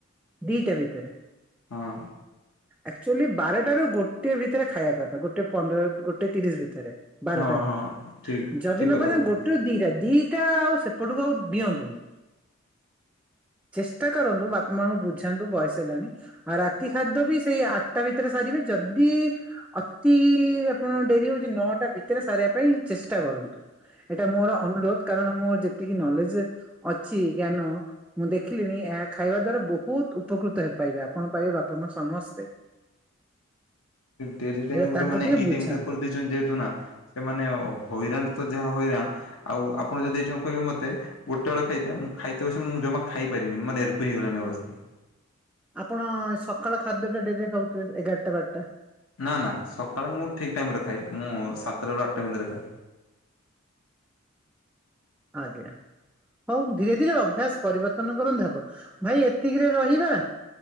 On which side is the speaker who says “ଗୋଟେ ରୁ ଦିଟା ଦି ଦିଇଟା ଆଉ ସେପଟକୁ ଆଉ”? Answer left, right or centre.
Centre